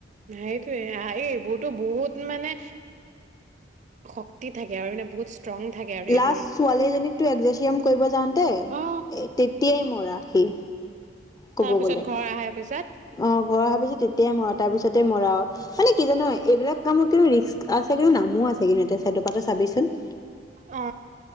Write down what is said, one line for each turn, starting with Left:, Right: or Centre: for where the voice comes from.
Right: সেইটোয়ে, এই এইবোৰতো বহুত মানে শক্তি থাকে আৰু মানে বহুত ষ্ট্ৰং থাকে আৰু
Left: লাষ্ট
Right: এইবোৰ
Left: ছোৱালী এজনীকো একজেচিয়াম কৰিব যাওঁতে,
Right: অ
Left: এ তেতিয়াই মৰা।। সেই ক'ব
Right: তাৰপিছত
Left: গ'লে।
Right: ঘৰ আহাৰ পিছত
Left: অ', মই ভাবিছোঁ তেতিয়াই ম তাৰ পিছতে মৰাও, মানে কি জান এইবিলাক কামত কিন্তু ৰিস্ক আছে কিন্তু নামো আছে কিন্তু এটা ছাইডপা তই চাবি ছো <inaudible>
Right: অ।